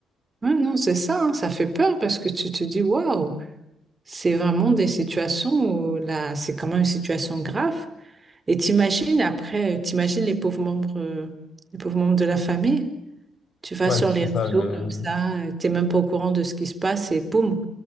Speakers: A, on the right (about 30°); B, on the left (about 55°).
A: Ouais, non, c'est ça, hein, ça fait peur parce que tu te dis, waouh, c'est vraiment des situations où là, c'est quand même une situation grave. Et t'imagines après, t'imagines les pauvres membres, euh, les pauvres membres de la famille. Tu vas
B: ouais
A: sur
B: c'est
A: les réseaux
B: ça le
A: comme ça, euh, t'es même pas au courant de ce qui se passe et boum,